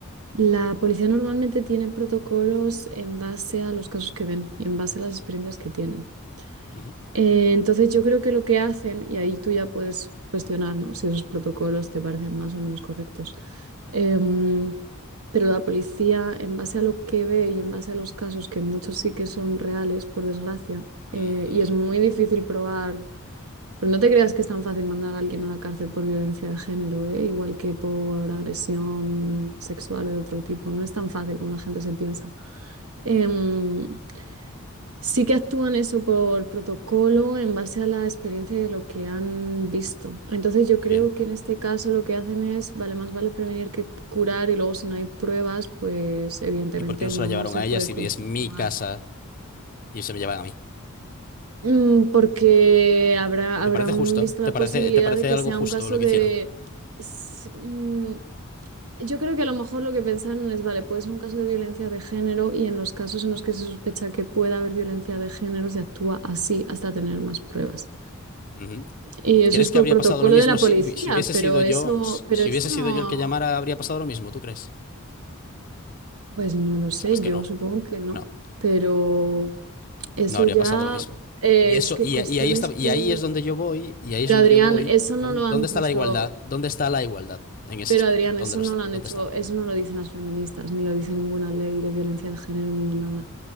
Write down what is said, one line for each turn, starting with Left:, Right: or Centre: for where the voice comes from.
Right: La policía normalmente tiene protocolos en base a los casos que ven y en base a las experiencias que tienen.
Left: ujú,
Right: Eh, entonces yo creo que lo que hacen, y ahí tú ya puedes cuestionar, ¿no? si esos protocolos te parecen más o menos correctos. Em, pero la policía, en base a lo que ve y en base a los casos, que muchos sí que son reales, por desgracia, eh,
Left: ujú.
Right: y es muy difícil probar pero no te creas que es tan fácil mandar a alguien a la cárcel por violencia de género, ¿eh? Igual que por agresión sexual o de otro tipo. No es tan fácil como la gente se piensa. Em, sí que actúan eso por protocolo en base a la experiencia de lo que han visto. Entonces yo creo
Left: Bien.
Right: que en este caso lo que hacen es, vale, más vale prevenir que curar y luego si no hay pruebas, pues evidentemente
Left: ¿Y por qué no
Right: no
Left: se la llevaron
Right: se
Left: a
Right: puede
Left: ella si
Right: continuar.
Left: es mi casa y se me llevan a mí?
Right: Mm, porque habrá, habrán
Left: ¿Te parece justo?
Right: visto la
Left: ¿Te parece,
Right: posibilidad
Left: te parece
Right: de que
Left: algo
Right: sea
Left: justo
Right: un caso
Left: lo que
Right: de...
Left: hicieron?
Right: s- mm, Yo creo que a lo mejor lo que pensaron es, vale, puede ser un caso de violencia de género y en los casos en los que se sospecha que pueda haber violencia de género se actúa así hasta tener más pruebas.
Left: Ujú.
Right: Y eso
Left: ¿Crees
Right: es por
Left: que habría
Right: protocolo
Left: pasado lo mismo
Right: de la
Left: si,
Right: policía,
Left: hubi- si hubiese
Right: pero
Left: sido
Right: eso,
Left: yo, si
Right: pero
Left: si
Right: eso
Left: hubiese
Right: no,
Left: sido yo el que llamara, habría pasado lo mismo, ¿tú crees?
Right: pues no lo sé,
Left: Sabes
Right: yo
Left: que no,
Right: supongo que no,
Left: no,
Right: pero eso
Left: no habría
Right: ya
Left: pasado lo mismo.
Right: es
Left: Y eso,
Right: que
Left: y,
Right: cuestiones
Left: a- y ahí está, y
Right: tú...
Left: ahí es donde yo voy, y ahí
Right: Pero
Left: es donde
Right: Adrián,
Left: yo voy,
Right: eso
Left: con,
Right: no lo han
Left: ¿dónde
Right: puesto
Left: está la igualdad? ¿Dónde está la igualdad en ese
Right: Pero
Left: aspecto?
Right: Adrián,
Left: ¿Dónde
Right: eso
Left: lo
Right: no
Left: está?
Right: lo han
Left: ¿Dónde
Right: hecho,
Left: está?
Right: eso no lo dicen las feministas, ni lo dice ninguna ley de violencia de género ni de nada.